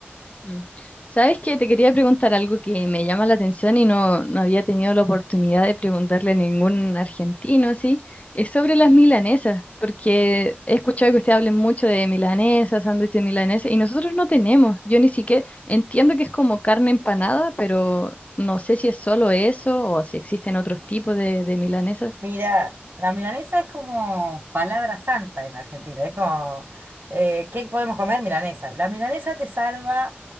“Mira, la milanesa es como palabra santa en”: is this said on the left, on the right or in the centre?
Right